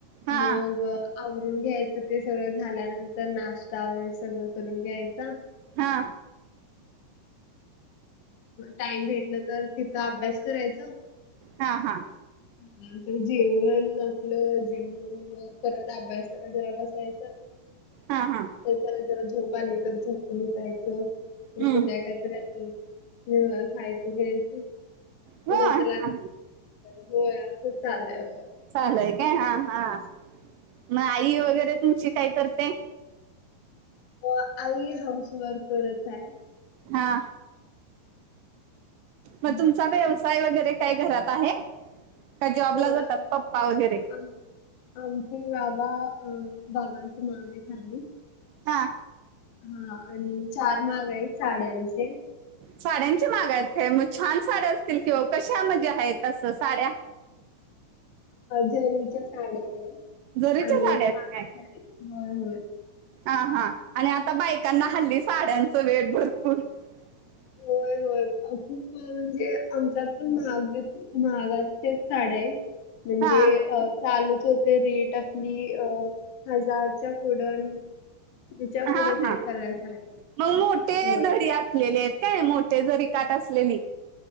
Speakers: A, on the right; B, on the left.
A: हा
B: मग- आवरून घ्यायचं. ते सगळं झाल्यानंतर नाष्टा वगैरे सगळं करून घ्यायचा -
A: हा.
B: टाईम भेटलं तर तिच अभ्यास करायचं.
A: हा हा.
B: नंतर जेवण आपलं जेवण. परत अभ्यासाला जरा बसवायच.
A: हा हा.
B: तर ज जरा झोप आली तर झोपून उठायचं.
A: हम्म
B: संध्याकाळच राहत- खायच प्यायचं
A: हो हा,
B: नंतर-
A: हा.
B: होय असंच चालू आहे बघा.
A: चालू आहे काय? हा हा. मग आई वगैरे तुमची काय करते?
B: म आई हाऊस वर्करच हाय.
A: हा. मग
B: हम्म.
A: तुमचा व्यवसाय वगैरे काहि घरात आहे? का जॉबला
B: होय.
A: जातात
B: आम
A: पप्पा वगैरे
B: -आम - आमचे बाबा अ बाबांची माग आहे खाली.
A: हा.
B: हा आणि चार माग आहेत साड्यांचे.
A: साड्यांचे माग आहेत काय? मग छान साड्या असतील की ओ कशामध्ये आहेत असं साड्या?
B: जरीच्या साड्या आहेत
A: जरीच्या
B: आणि
A: साड्या
B: शालाच्या
A: आहेत काय
B: आहेत. होय होय
A: हा हा आणि आता बायकांना हल्ली साड्यांचं वेड भरपूर- ह
B: होय होय. खूप म्हणजे आमच्या पण महाग महागाच्या साड्या आहेत. म्हणजे
A: हा
B: अ चालूच होते रेट आपली अ हजारच्या पुढं आणि- तिच्या
A: हा
B: पुढं जायत
A: हा.
B: सगळ्या साड्या.
A: मग मोठे
B: होय.
A: जरी - असलेले आहेत काय? मोठे जरी काठ असलेली.